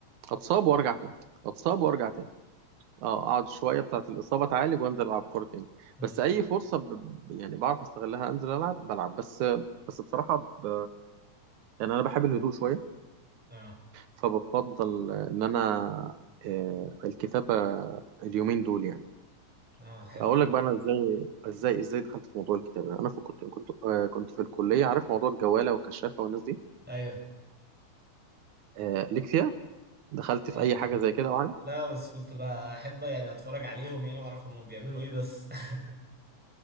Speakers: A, on the right (about 80°); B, in the centre.
A: اتصاب وارجع تاني اتصاب وارجع تاني اه اقعد شويه بتاعه الاصابه اتعالج وانزل العب كوره تاني
B: امم
A: بس اي فرصه ب... يعني بعرف استغلها انزل العب بلعب بس بس بصراحه ب... يعني انا بحب الهدوء شويه
B: اه
A: فبفضل ان انا آه، الكتابه اليومين دول يعني
B: اه حلوة
A: اقول
B: دي
A: لك بقى انا ازاي ازاي ازاي دخلت في موضوع الكتابه انا في كنت كنت آه، كنت في الكليه عارف موضوع الجواله والكشافه والناس دي
B: ايوه
A: آه، ليك فيها دخلت في
B: آه.
A: اي حاجه زي كده معايا
B: لا بس كنت بحب يعني اتفرج عليهم يعني واعرف هم بيعملوا ايه بس <laughs>